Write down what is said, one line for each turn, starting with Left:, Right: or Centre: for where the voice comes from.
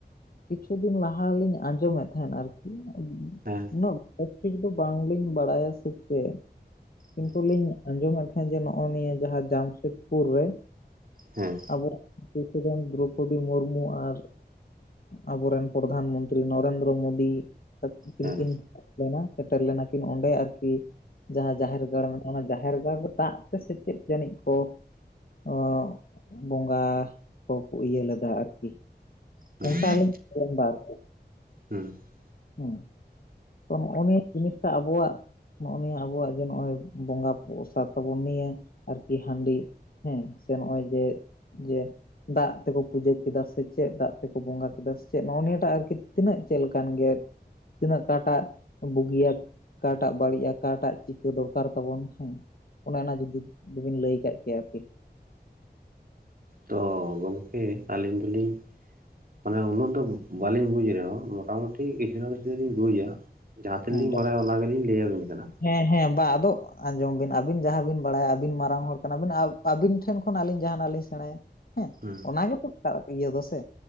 Left: ᱠᱤᱪᱷᱩ ᱫᱤᱱ ᱞᱟᱦᱟᱞᱤᱧ ᱟᱸᱡᱚᱢᱮᱫ ᱛᱟᱦᱮᱸᱫ ᱟᱨᱠᱤ
Right: ᱦᱮᱸ
Left: ᱩᱱᱟᱹᱜ ᱵᱮᱥ ᱴᱷᱤᱠ ᱫᱚ ᱵᱟᱝᱞᱤᱧ ᱵᱟᱲᱟᱭᱟ ᱥᱮ ᱪᱮᱫ ᱠᱤᱱᱛᱩ
Right: ᱦᱮᱸ
Left: ᱞᱤᱧ ᱟᱸᱡᱚᱢᱮᱫ ᱛᱟᱦᱮᱸᱫ ᱡᱮ ᱱᱚᱜᱼᱚᱭ ᱱᱤᱭᱟᱹ ᱡᱟᱦᱟᱸ ᱡᱟᱢᱥᱮᱫᱽᱯᱩᱨ ᱨᱮ
Right: ᱦᱮᱸ
Left: ᱟᱵᱚ ᱯᱨᱮᱥᱤᱰᱮᱱᱰ ᱫᱨᱚᱯᱚᱫᱤ ᱢᱩᱨᱢᱩ ᱟᱨ ᱟᱵᱚ ᱨᱮᱱ ᱯᱨᱚᱫᱷᱟᱱ ᱢᱚᱱᱛᱨᱤ ᱱᱚᱨᱮᱱᱫᱨᱚ ᱢᱳᱫᱤ ᱛᱟᱠᱤᱱ
Right: ᱦᱮᱸ
Left: ᱠᱤᱱ ᱦᱮᱡ ᱞᱮᱱᱟ ᱥᱮᱴᱮᱨ ᱞᱮᱱᱟ ᱠᱤᱱ ᱚᱸᱰᱮ ᱟᱨ ᱠᱤ ᱡᱟᱸᱦᱟ ᱡᱟᱦᱮᱨ ᱜᱟᱲ ᱢᱮᱱᱟᱜᱼᱟ᱾ ᱚᱱᱟ ᱡᱟᱦᱮᱨ ᱜᱟᱲ ᱨᱮ ᱫᱟᱜ ᱛᱮ ᱥᱮ ᱪᱮᱫ ᱡᱟᱹᱱᱤᱡ ᱠᱚ ᱚ ᱵᱚᱸᱜᱟ ᱠᱚ ᱤᱭᱟᱹ ᱞᱮᱫᱟ ᱟᱨ ᱠᱤ
Right: ᱦᱩᱸ
Left: ᱚᱱᱠᱟ ᱟᱞᱤᱧ ᱟᱸᱡᱚᱢ ᱫᱟ ᱟᱨᱠᱤ
Right: ᱦᱩᱸ
Left: ᱦᱮᱸ᱾ ᱛᱚ ᱱᱚᱜᱼᱚ ᱱᱤᱭᱟᱹ ᱡᱤᱱᱤᱥ ᱴᱟᱜ ᱟᱵᱚᱣᱟᱜ ᱱᱚᱜᱼᱚ ᱱᱤᱭᱟᱹ ᱟᱵᱚᱣᱟᱜ ᱡᱮ ᱱᱚᱜᱼᱚᱭ ᱵᱚᱸᱜᱟ ᱯᱨᱚᱥᱟᱛ ᱛᱟᱵᱚᱱ ᱱᱤᱭᱟᱹ ᱟᱨ ᱠᱤ ᱦᱟᱺᱰᱤ ᱦᱮᱸ ᱥᱮ ᱱᱚᱜᱼᱚᱭ ᱡᱮ ᱡᱮ ᱫᱟᱜ ᱛᱮᱠᱚ ᱯᱩᱡᱟᱹ ᱠᱮᱫᱟ ᱥᱮ ᱪᱮᱫ ᱫᱟᱜ ᱛᱮ ᱠᱚ ᱵᱚᱸᱜᱟ ᱠᱮᱫᱟ ᱥᱮ ᱪᱮᱫ ᱱᱚᱜᱼᱚ ᱱᱤᱭᱟᱹ ᱴᱟᱜ ᱟᱨᱠᱤ ᱛᱤᱱᱟᱹᱜ ᱪᱮᱫ ᱞᱮᱠᱟᱱ ᱜᱮ ᱛᱤᱱᱟᱹᱜ ᱟᱠᱟᱴᱟᱜ ᱵᱩᱜᱤᱭᱟ ᱟᱠᱟᱴᱟᱜ ᱵᱟᱲᱤᱡᱼᱟ ᱟᱠᱟᱴᱟᱜ ᱪᱤᱠᱟᱹ ᱫᱚᱨᱠᱟᱨ ᱛᱟᱵᱚᱱ ᱦᱮᱸ ᱚᱱᱮ ᱚᱱᱟ ᱡᱩᱫᱤ ᱫᱩᱵᱤᱱ ᱞᱟᱹᱭ ᱠᱟᱜ ᱠᱮᱭᱟ ᱟᱨᱠᱤ
Right: ᱛᱚ ᱜᱚᱢᱠᱮ ᱟᱞᱤᱧ ᱫᱩᱞᱤᱧ ᱢᱟᱱᱮ ᱩᱱᱟᱹᱜ ᱫᱚ ᱵᱟᱞᱤᱧ ᱵᱩᱡ ᱨᱮᱦᱚᱸ ᱢᱚᱴᱟ ᱢᱩᱴᱤ ᱠᱤᱪᱷᱩ ᱱᱟ ᱠᱤᱪᱷᱩ ᱫᱚᱞᱤᱧ ᱵᱩᱡᱟ ᱡᱟᱦᱟᱸ ᱛᱤᱱᱟ
Left: ᱦᱮᱸ
Right: ᱞᱤᱧ ᱵᱟᱲᱟᱭᱟ ᱚᱱᱟ ᱜᱮᱞᱤᱧ ᱞᱟᱹᱭᱟ ᱵᱤᱱ ᱠᱟᱱᱟ
Left: ᱦᱮᱸ ᱦᱮᱸ ᱵᱟ ᱟᱫᱚ ᱟᱸᱡᱚᱢ ᱵᱤᱱ ᱟᱵᱤᱱ ᱡᱟᱦᱟᱸ ᱵᱤᱱ ᱵᱟᱲᱟᱭᱼᱟ ᱟᱵᱤᱱ ᱢᱟᱨᱟᱝ ᱦᱚᱲ ᱠᱟᱱᱟ ᱵᱤᱱ ᱟᱵᱤᱱ ᱴᱷᱮᱱ ᱠᱷᱚᱱ ᱟᱞᱤᱧ ᱡᱟᱦᱟᱸ ᱱᱟᱜ ᱞᱤᱧ ᱥᱮᱬᱟᱭᱟ ᱦᱮᱸ
Right: ᱦᱩᱸ
Left: ᱚᱱᱟ ᱜᱮᱛᱚ <unintelligible> ᱤᱭᱟᱹ ᱫᱚ ᱥᱮ